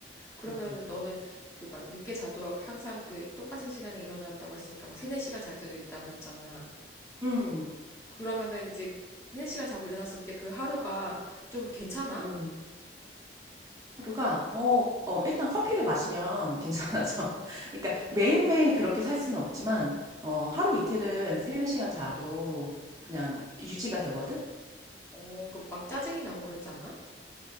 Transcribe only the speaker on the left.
그러면은
너는 그 막 늦게 자도 항상 그 똑같은 시간에 일어난다고 했으니까 막 세네 시간 잘 때도 있다고 했잖아.
그러면은 이제 세네 시간 자고 일어났을 때 그 하루가 좀 괜찮아?
어, 그럼 막 짜증이 나고 그러지 않아?